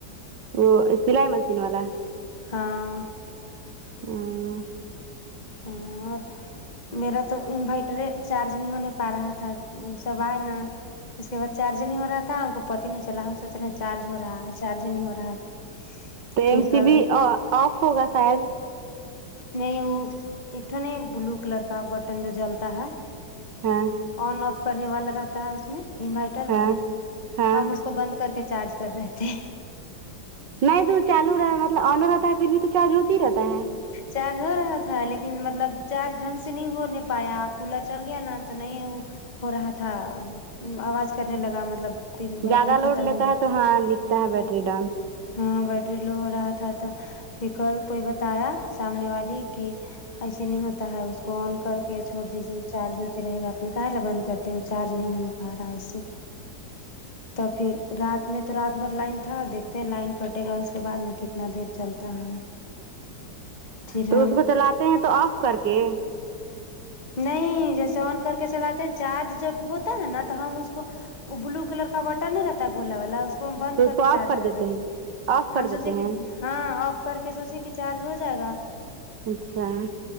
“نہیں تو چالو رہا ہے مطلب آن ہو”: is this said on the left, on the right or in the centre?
Right